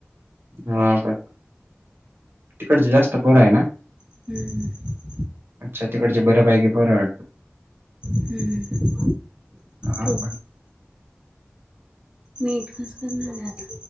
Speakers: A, on the right (about 60°); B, on the right (about 20°).
A: हा का <inaudible> तिकडच जास्त बोरा आहे ना
B: <inaudible> हम्म
A: <inaudible> अच्छा तिकडचे बऱ्यापाैकी फरं वाटतं
B: <inaudible> हम्म
A: <inaudible> हा
B: तू
A: का
B: <inaudible> मेद खास कर ना जात